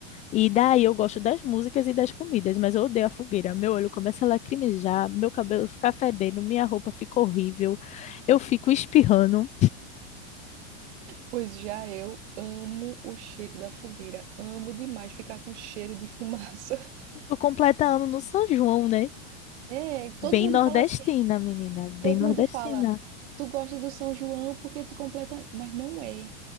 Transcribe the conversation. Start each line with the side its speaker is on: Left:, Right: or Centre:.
Left: E daí eu gosto das músicas e das comidas, mas eu odeio a fogueira. Meu olho começa a lacrimejar, meu cabelo fica fedendo, minha roupa fica horrível, eu fico espirrando.
Right: Pois já eu amo o cheiro da fogueira. Amo demais ficar com cheiro de fumaça. <laughs>
Left: E tô completando no São João, né?
Right: É,
Left: Bem
Right: todo mundo
Left: nordestina,
Right: fala assim.
Left: menina, bem
Right: Todo
Left: nordestina.
Right: mundo fala, tu gosta do São João porque tu completa. Mas não é.